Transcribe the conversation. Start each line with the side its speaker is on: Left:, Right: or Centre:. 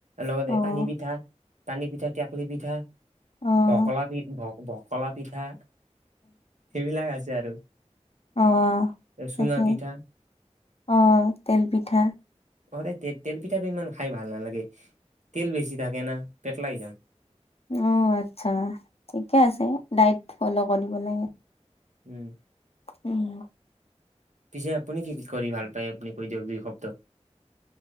Right: লগত
Left: অ',
Right: এ' পানী পিঠা পানী পিঠা, টেক্‌লি পিঠা
Left: অ',
Right: ভক্‌লা পিঠ-ভ ভকলা পিঠা সেইবিলাক আছে আৰু।
Left: অ'-তাকে,
Right: চুঙা পিঠা
Left: অ'- তেল পিঠা
Right: অ দে তে- তেল পিঠাটো ইমান খাই ভাল নালাগে। তেল বেছি থাকে না, পেটলা হৈ যাম।
Left: অ' আচ্ছা। ঠিকে আছে, ডায়েট। ফল' কৰিব লাগে।
Right: উম'
Left: <unintelligible>
Right: পিছে আপুনি কি কি কৰি ভাল পায় আপুনি কৈ দিয়ক দুই শব্দ?